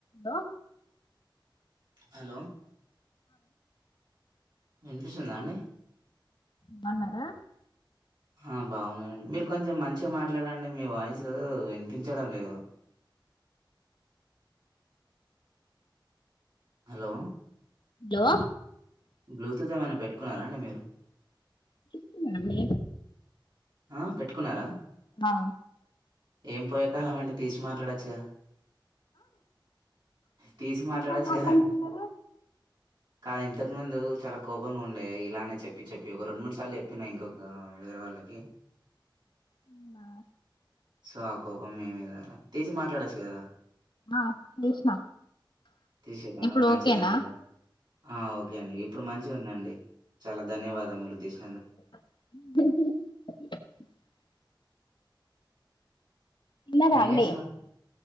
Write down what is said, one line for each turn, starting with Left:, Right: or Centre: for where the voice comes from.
Left: Hello
Right: hello వినిపిసుందా అండి
Left: బోనరా
Right: ఆ బాగున్ననండి మీరు కొంచెం మంచిగా మాట్లాడండి మీ వాయిస్ వినిపించడం లేదు హలో
Left: హలో
Right: బ్లూతూత్ ఏమన్నా పెట్టుకున్నారా అండి మీరు
Left: పెట్టుకున్న అండి
Right: ఆ పెట్టుకున్నారా
Left: ఆ
Right: ఏం పోయే కలమండి తీసి మాట్లాడొచ్చుగా తీసి మాట్లాడాచ్చు
Left: ఇంకా మాట్లాడుతున్నారు
Right: కదండి కాదు ఇంతకు ముందు చాలా కోపంగా ఉండేయి ఇలానే చెప్పి చెప్పి ఒక రెండు మూడు సార్లు చెప్పిన ఇంకొక వేరే వాళ్ళకి
Left: అవునా
Right: సో ఆ కోపం మీ మిద తీసి మాట్లాడొచ్చు కదా
Left: అ తీసిన
Right: తీసాక
Left: ఇప్పుడు
Right: మంచిదండి
Left: ఓకేనా
Right: ద- ఆ ఓకే అండి ఇప్పుడు మంచి ఉందండి చాలా ధన్యవాదములు తీసి
Left: <unintelligible> తిన్నారా
Right: ఏం
Left: అండి
Right: చేస్తున్నారు